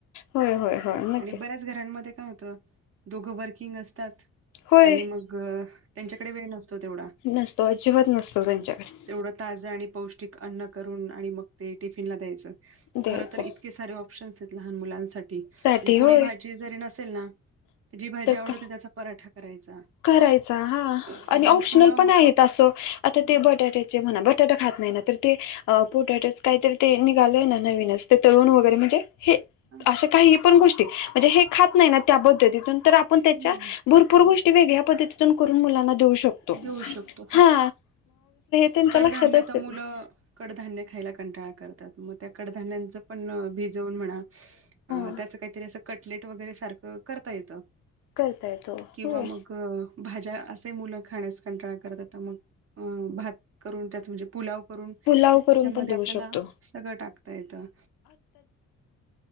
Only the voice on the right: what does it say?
आणि बऱ्याच घरांमध्ये काय हो दोघं वर्किंग असतात
आणि मग त्यांच्याकडे वेळ नसतो तेवढा
तेवढा ताज आणि पौष्टिक अन्न करून आणि मग ते टिफीन ला द्यायचं
खरतर इतके सारे ऑप्शन्स आहे लहान मुलांसाठी म्हणजे
पोळी
भाजी जरी नसेल ना जी भाजी
आवडतते
त्याचा पराठा करायचा
किंवा
मग पुलाव
हम्म
हा
हम्म
देऊ शकतो
कडधान्य
तर
मुलं
कडधान्य खायला कंटाळा करतात मग त्या कडधान्यांच पण भिजवून म्हणा
त्याचं काहीतरी असं कटलेट वगैरे सारखं करता येतं
किंवा
मग भाज्या असे मुलं खाण्यास कंटाळा करतता मग भात करून त्याच म्हणजे पुलाव करून त्याच्यामध्ये
आपल्याला
सगळं टाकता येतं